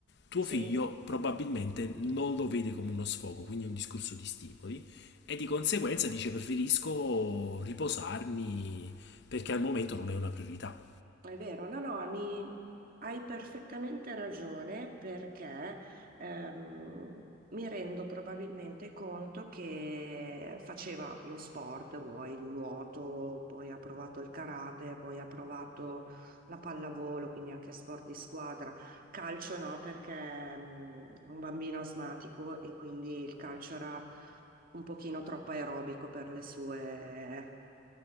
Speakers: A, on the left; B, on the right.
A: tuo
B: sì.
A: figlio probabilmente non lo vede come uno sfogo, quindi è un discorso di stimoli e di conseguenza dice preferisco riposarmi perché al momento non è una priorità.
B: È vero, no, no, mi... hai perfettamente ragione perché ehm, mi rendo probabilmente conto che faceva lo sport, vuoi il nuoto, poi ha provato il karate, poi ha provato la pallavolo, quindi anche sport di squadra. Calcio no, perché ehm, è un bambino asmatico e quindi il calcio era un pochino troppo aerobico per le sue